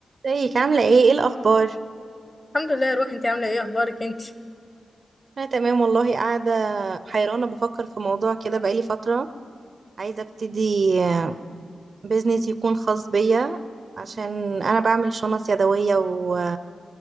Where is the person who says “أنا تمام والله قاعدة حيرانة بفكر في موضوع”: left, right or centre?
Right